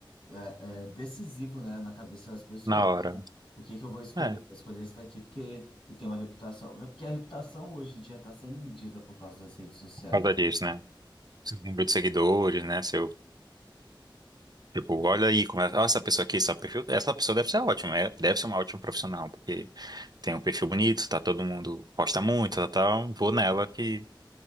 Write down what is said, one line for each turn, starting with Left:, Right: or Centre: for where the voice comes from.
Left: é, é decisivo, né, na cabeça das pessoas.
Right: na hora.
Left: O que que eu vou escolher?
Right: É,
Left: Vou escolher esse daqui porque eu tenho uma reputação. Porque a reputação hoje em dia está sendo medida por causa das redes sociais,
Right: por causa disso, né? Seu número de seguidores, né? Seu, tipo, olha aí como é, ó, essa pessoa aqui, esse perfil, essa pessoa deve ser ótima, é- deve ser uma ótima profissional, porque tem um perfil bonito, tá todo mundo posta muito, tal, tal, vou nela que